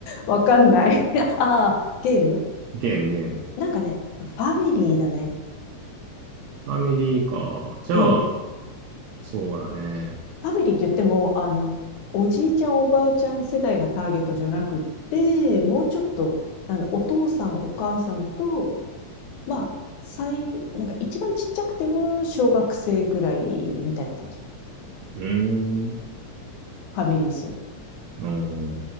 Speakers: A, on the left; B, on the right.
A: わかんない。<laughs> ああ、ゲーム
B: ゲーム、ゲーム。
A: なんかね、ファミリーだね。
B: ファミリーか。じゃあ、
A: うん。
B: そうだね。
A: ファミリーって言っても、あの、おじいちゃん、おばあちゃん世代がターゲットじゃなくって、もうちょっと、あの、お父さん、お母さんとまあ、最、なんか一番ちっちゃくても小学生ぐらいみたいな感じ。
B: うーん。
A: ファミリー層。
B: うん。